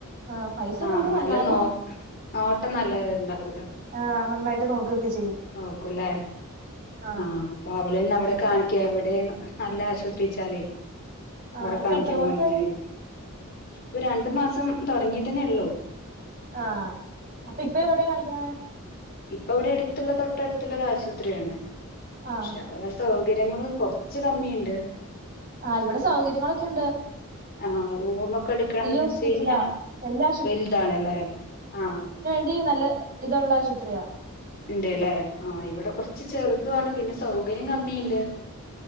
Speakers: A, on the right; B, on the left.
A: ആഹ് പൈസ
B: ആ
A: കൂടും
B: നല്ല
A: എന്നാലും
B: നോ നോട്ടം നല്ലത് ഇണ്ടാവൂല
A: ആ നന്നായിട്ട് നോക്കെക്കെ ചെയ്യും
B: നോക്കുംല്ലെ
A: ആഹ്
B: ആ അപ്പൊ അവളെ ഒന്ന് അവിടെ കാണിയ്ക്ക എവിടെ നല്ല ആശുപത്രിച്ചാലേയ്
A: ആഹ്
B: അവിടെ
A: ഇപ്പ
B: കാണിക്കാൻ
A: എത്ര മാസായി
B: മാണ്ടീട്ടായ്ര്ന്ന് ഇപ്പൊ രണ്ടു മാസം തൊടങ്ങിട്ടന്നേ എള്ളൂ
A: ആ അപ്പ ഇപ്പ എവ്ടേ കാണിക്ക്‌ണത്
B: ഇപ്പൊ വ്ടെ എട്ത്ത്ള്ള തൊട്ടട്ത്ത്ള്ളൊരു ആശുപത്രിയാണ് പക്ഷെ
A: ആഹ്
B: അവ്ടെ സൗകര്യങ്ങള് കൊർച്ച് കമ്മിണ്ട്
A: ആ ഇവ്ടെ സൗകര്യങ്ങളൊക്കെ യുണ്ട്
B: ആ റൂമൊക്കെ എടുക്കാന്ന് വെച്ച്
A: ഹോസ്പിറ്റലാ
B: കഴിഞ്ഞാ
A: വല്യ
B: വൽതാണ് അല്ലേ ആ
A: വൃത്തിയും നല്ല ഇതൊള്ള ആശുപത്രിയാണ്
B: ഇണ്ട്ല്ലേ ആഹ് ഇവിടെ കൊറച്ച് ചെറുതാണ് പിന്നെ സൗകര്യം കമ്മിയുണ്ട്